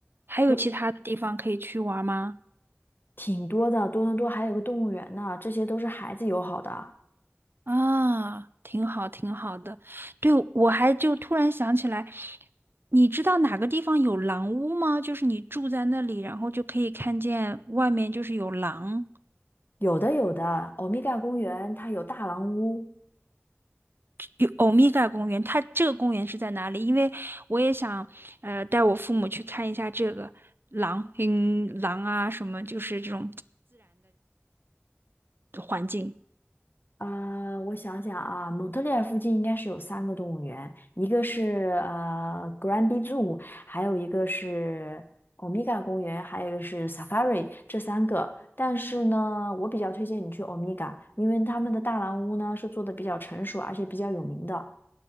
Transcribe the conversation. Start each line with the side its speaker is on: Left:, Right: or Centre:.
Right: 还有其他的地方可以去玩吗？
Left: 如挺多的。多伦多还有个动物园呢，这些都是孩子友好的。
Right: 啊，挺好，挺好的。对，我还就突然想起来，你知道哪个地方有狼屋吗？就是你住在那里，然后就可以看见外面就是有狼。
Left: 有的有的，欧米伽公园它有大狼屋，
Right: 有欧米伽公园，它这个公园是在哪里？因为我也想，呃，带我父母去看一下这个狼，嗯，狼啊，什么就是这种环境。
Left: 呃，我想想啊，蒙特利尔附近应该是有三个动物园，一个是呃 Granby Zoo，还有一个是 Omega 公园，还有一个是 Safari，这三个。但是呢，我比较推荐你去 Omega，因为他们的大狼屋呢是做的比较成熟，而且比较有名的。